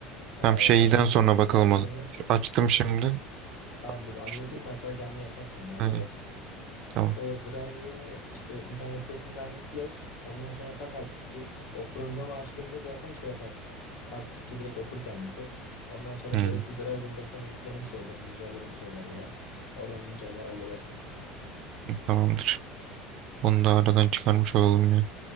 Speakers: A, on the left (about 80°); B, on the right (about 55°).
A: Ee,
B: Tam şeyden
A: onun
B: sonra bakalım
A: driver'ını.
B: ona. Şu açtım şimdi.
A: Tamam dur anlatayım
B: Şu-
A: ben sana kendin yaparsın onu halledersin.
B: ha, tamam.
A: O driver'ı işte internet sitesinden yükle. Ondan sonra tak hard diski. O programı açtığında zaten şey yapar. Hard diski direkt okur kendisi. Ondan sonra
B: Hı,
A: gerekli driver'ları sana yüklemeni söyler, güncellemeni söyler veya oradan günceller halledersin.
B: tamamdır. Onu da aradan çıkarmış olalım ya.